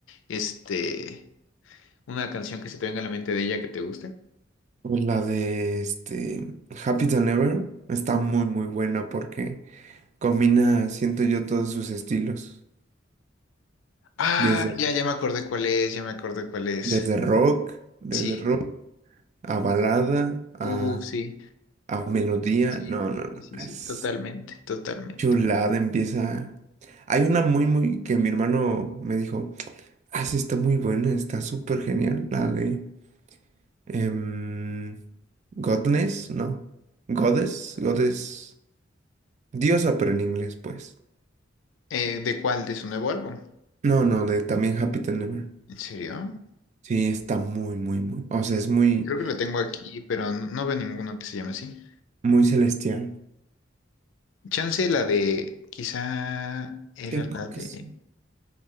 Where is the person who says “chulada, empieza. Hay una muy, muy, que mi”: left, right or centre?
Right